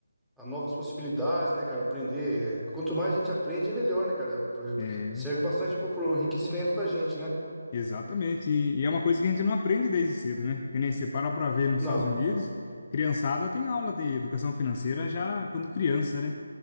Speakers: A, in the centre; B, on the left (about 30°).
A: a novas possibilidades, né, cara? Aprender. Quanto mais a gente aprende, é melhor, né, cara? Por-
B: É.
A: Serve bastante pro, pro enriquecimento da gente, né?
B: Exatamente. E, e é uma coisa que a gente não aprende desde cedo, né? Que nem você para pra ver nos
A: Não.
B: Estados Unidos, criançada tem aula de educação financeira já quando criança, né?